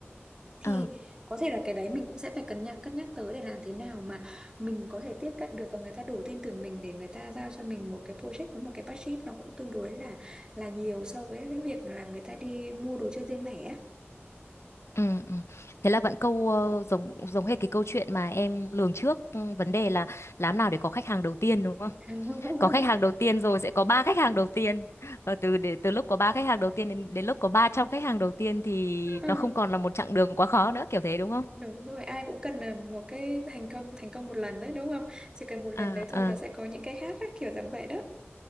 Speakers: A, on the right (about 20°); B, on the left (about 75°).
A: thì
B: ờ
A: có thể là cái đấy mình cũng sẽ phải cân nhắc cân nhắc tới để làm thế nào mà mình có thể tiếp cận được và người ta đủ tin tưởng mình để người ta giao cho mình một cái project với một cái budget nó cũng tương đối là là nhiều so với cái việc là người ta đi mua đồ chơi riêng lẻ á.
B: ừ ừ thế là vẫn câu ờ, giống giống hết cái câu chuyện mà em lường trước ừ, vấn đề là làm nào để có khách hàng đầu tiên đúng không
A: <laughs>
B: có khách hàng đầu tiên rồi sẽ có ba khách hàng đầu tiên và từ để từ lúc có ba khách hàng đầu tiên đến đến lúc có 300 khách hàng đầu tiên thì
A: Ừ,
B: nó không còn là một chặng đường quá khó nữa kiểu thế đúng không?
A: đúng rồi ai cũng cần là một cái thành công thành công một lần đấy đúng không chỉ cần một lần
B: À
A: đấy thôi
B: à
A: là sẽ có những cái khác á, kiểu dạng vậy đó